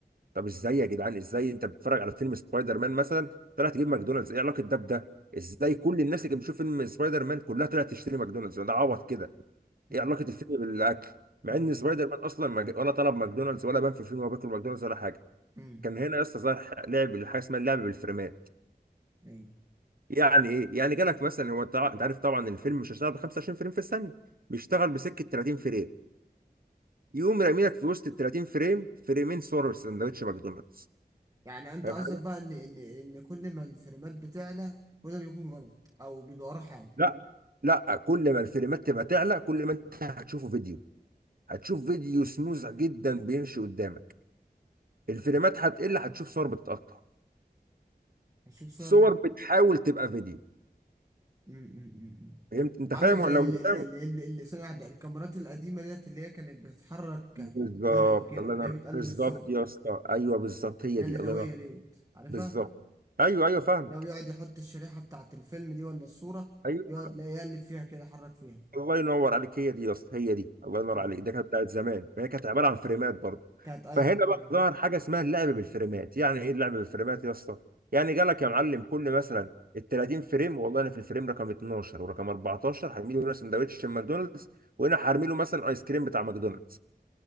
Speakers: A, on the right (about 60°); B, on the right (about 20°).
A: طب ازاي يا جدعان ازاي انت بتتفرج على فيلم سبايدر مان مثلا طلع تجيب ماكدونالدز ايه علاقه ده بده ازاي كل الناس اللي كانت بتشوف فيلم سبايدر مان كلها طلعت تشتري ماكدونالدز ده عبط كده
B: امم
A: ايه علاقه الفيلم بالاكل مع
B: امم
A: ان سبايدر مان اصلا ما جا- ولا طلب ماكدونالدز ولا بان في الفيلم هو بياكل ماكدونالدز ولا حاجه
B: امم
A: كان هنا يا اسطى ظهر لعب حاجه اسمها اللعب بالفريمات
B: ايوه
A: يعني ايه يعني جالك مثلا هو تع- انت عارف طبعا الفيلم مش هيشتغل ب 25 فريم في الثانيه بيشتغل بسكه 30 فريم يقوم راميلك في وسط ال 30 فريم فريمين صور سندوتش ماكدونالدز
B: يعني انت
A: فاهم
B: قصدك
A: حاجه؟
B: بقى ان ان ان كل ما الفريمات بتعلى كل ما بيكون غلط او بيبقى وراه حاجه
A: لا لا كل ما الفريمات تبقى تعلى كل ما انت هتشوفه فيديو هتشوف فيديو سموز جدا بيمشي قدامك الفريمات هتقل هتشوف صور بتتقطع
B: هشوف صور
A: صور
B: بقى.
A: بتحاول تبقى فيديو
B: أمم، أمم، أمم.
A: فهمت انت
B: عامل
A: فاهم
B: زي
A: ولا لو
B: ال-
A: مش
B: ال-
A: فاهم
B: ال- ال- اللي سنة واحدة الكاميرات القديمة ديت اللي هي كانت بتتحرك
A: بالظبط
B: يدوي كده
A: الله
B: اللي
A: ينور
B: هي بتقلب
A: بالظبط
B: الصور
A: يا اسطى ايوه بالظبط هي
B: اللي
A: دي
B: هي اليدوية
A: الله ينور
B: ديت عارفها؟
A: بالظبط ايوه ايوه فاهمك
B: لو يقعد يحط الشريحة بتاعت الفيلم دي ولا الصورة
A: ايوه
B: يقعد لا يقلب فيها كده يحرك فيها
A: الله ينور عليك هي دي يا اسطى هي دي الله ينور
B: اه
A: عليك ده كانت بتاعت زمان فهي كانت عباره عن فريمات برضه
B: كانت أيوه
A: فهنا بقى
B: اه
A: ظهر حاجه اسمها اللعب بالفريمات يعني ايه اللعب بالفريمات يا اسطى يعني جالك يا معلم كل مثلا ال 30 فريم والله انا في الفريم رقم 12 ورقم 14 هرمي له هنا سندوتش ماكدونالدز وهنا هرمي له مثلا ايس كريم بتاع ماكدونالدز